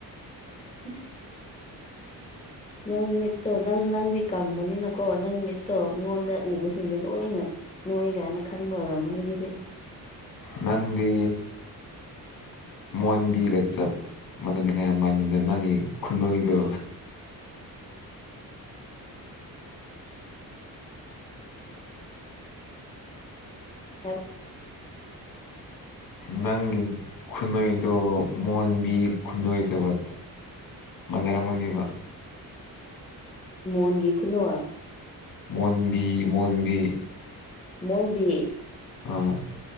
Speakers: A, on the left; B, on the left.
A: ꯎ ꯅꯪ ꯃꯤꯠꯇꯣ ꯅꯪ ꯅꯪꯗꯤ ꯀꯪꯕꯅꯤꯅꯀꯣ ꯅꯪ ꯃꯤꯠꯇꯣ ꯃꯤꯉꯣꯟꯗ ꯎꯕꯁꯤꯡꯁꯦ ꯂꯣꯏꯅ ꯅꯣꯏ ꯀꯥꯏꯅ ꯈꯟꯕ ꯑꯣꯏꯔꯝ ꯑꯃꯅꯤꯅꯦ ꯑꯗꯨꯗꯤ
B: ꯅꯪꯗꯤ
A: <inaudible>
B: ꯃꯣꯟꯕꯤꯒ ꯆꯞ ꯃꯅꯅꯤꯡꯉꯥꯏ ꯃꯥꯜꯂꯤꯗ ꯅꯪꯒꯤ ꯈꯨꯟꯅꯏꯗꯣ
A: ꯑꯦ
B: ꯅꯪꯒꯤ ꯈꯨꯅꯏꯗꯣ ꯃꯣꯟꯕꯤ ꯈꯨꯅꯏꯗꯨꯒ ꯃꯅꯔꯒꯕ
A: ꯃꯣꯟꯒꯤ ꯈꯨꯠꯅꯣꯏ
B: ꯃꯣꯟꯕꯤ ꯃꯣꯣꯟꯕꯤ
A: ꯃꯣꯟꯕꯤ
B: ꯑꯥ